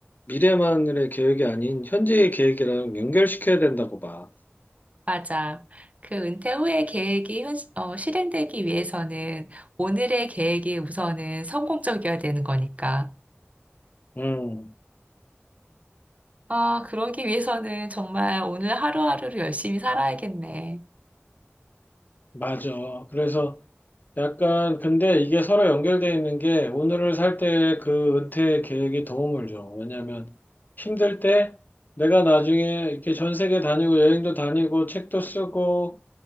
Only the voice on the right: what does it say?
맞아. 그 은퇴 후의 계획이 현, 어, 실행되기 위해서는 오늘의 계획이 우선은 성공적이어야 되는 거니까.
아, 그러기 위해서는 정말 오늘 하루하루를 열심히 살아야겠네.